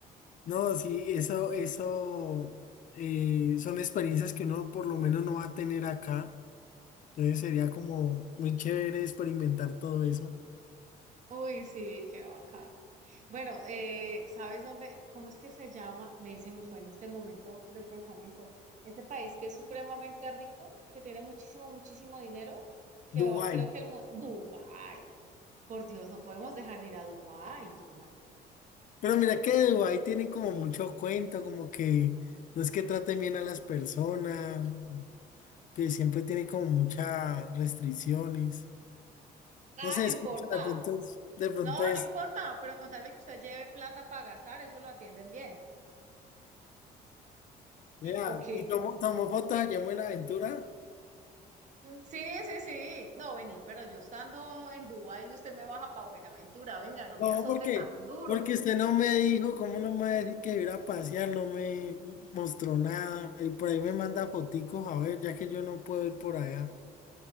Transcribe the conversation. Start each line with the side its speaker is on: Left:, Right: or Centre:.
Left: No, sí, eso, eso eh, son experiencias que uno por lo menos no va a tener acá. Entonces sería como muy chévere experimentar todo eso.
Right: Uy, sí, qué bacán. Bueno, eh, ¿sabes dónde? ¿Cómo es que se llama? Me se me fue en este momento del pensamiento. Este país que es supremamente rico, que tiene muchísimo, muchísimo dinero, que
Left: Dubái.
Right: va- creo que el mundo... Dubái. Por Dios, no podemos dejar de ir a Dubái, Jonah.
Left: Pero mira que de Dubái tienen como mucho cuento, como que no es que traten bien a las personas. que siempre tiene como muchas restricciones.
Right: Ah,
Left: No sé,
Right: no importa.
Left: escucha, de pronto es, de pronto
Right: No, no
Left: es,
Right: importa, pero con tal de que usted lleve plata para gastar, eso lo atienden bien.
Left: vea,
Right: ¿O qué?
Left: y tomó, tomó fotos allá en Buenaventura.
Right: Sí, sí, sí. No, vení, pero yo estando en Dubái, usted me baja para Buenaventura. Venga, no me
Left: No,
Right: azote
Left: ¿por qué?
Right: tan duro.
Left: Porque usted no me dijo, ¿cómo no me va a decir que iba a pasear? No me mostró nada. Y por ahí me manda foticos, a ver, ya que yo no puedo ir por allá.